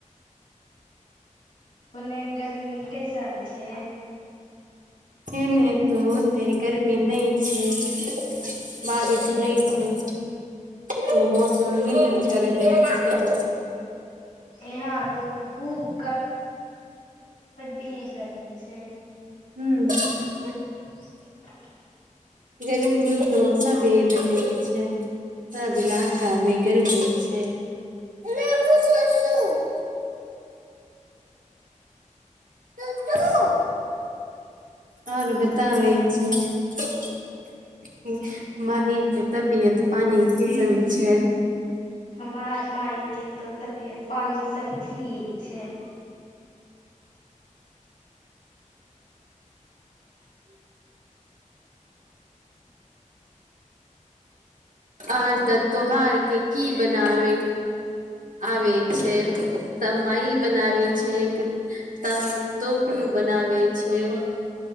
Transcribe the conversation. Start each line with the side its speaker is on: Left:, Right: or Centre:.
Left: ओने गर्मी कैसन छैय?
Right: ऐने त ओते गरमी नई छैय बारिश सुै छैय तो मौसम नहि करै छैय।
Left: यहाँ तो खूब की गर्मी छैय
Right: हू
Left: <inaudible>
Right: गरीब तसा भेद नहि हो छैय। सब इलाका मे गर्मी छैय। चु ततु आरो बताबै छैय माइ के तबियत पानी केहन छैय?
Left: हमार माइ के तो तबियत पानि सब ठीक छैय।
Right: आर तऽ तोहार के की बनाबे आबै छैय? सब माइ बनावे छैय कि त तोहु बनावै छैय।